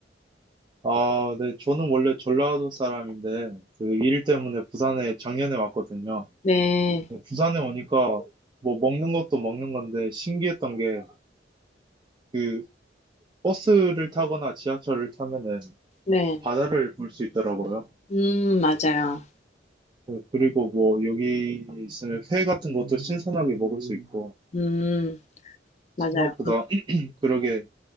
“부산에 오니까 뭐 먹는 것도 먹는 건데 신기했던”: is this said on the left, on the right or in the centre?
Right